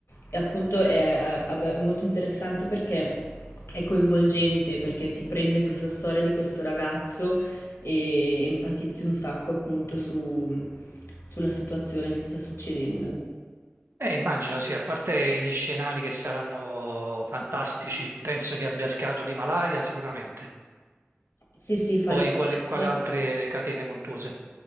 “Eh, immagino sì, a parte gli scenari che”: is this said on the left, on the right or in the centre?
Right